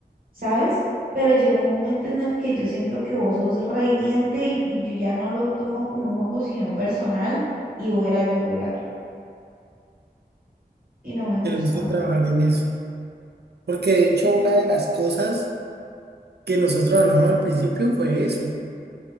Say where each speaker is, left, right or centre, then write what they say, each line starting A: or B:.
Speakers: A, on the right; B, on the right.
A: ¿sabes? Pero llega un momento en el que yo siento que vos sos re hiriente y, y yo ya no lo tomo como un juego, sino personal y voy a la yugular y no me gusta.
B: Tenemos que trabajar en eso. Porque de hecho una de las cosas que nosotros hablamos al principio fue eso. O